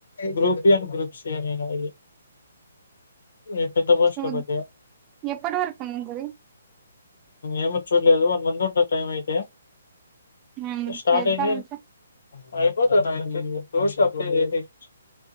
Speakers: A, on the left; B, on the right.
A: group B and group same ఏ నాది ఇది ఎంతకు బో వస్తది
B: చూ
A: బస్ ఇగ
B: ఎప్పటి వరకు ఉంటది
A: ఏమో చూడలేదు వన్ మంత్ ఉంటది. టైమ్ అయితే
B: హ్మ్
A: స్టార్ట్
B: చేద్దాం
A: అయింది
B: ఇంకా
A: అయిపోతది నాకు అయితే దోస్త్ అప్లై చేసేసి